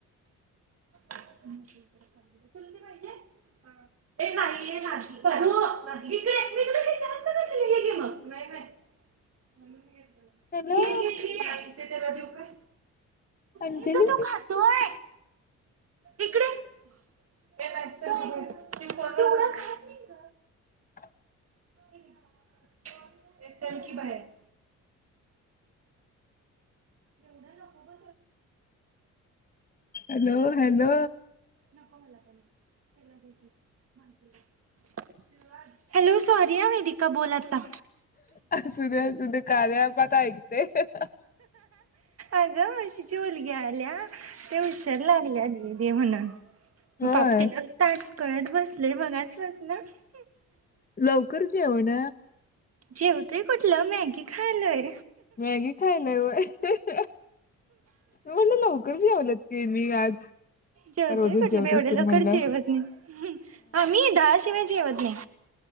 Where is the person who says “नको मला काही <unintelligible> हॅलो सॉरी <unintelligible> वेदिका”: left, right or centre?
Right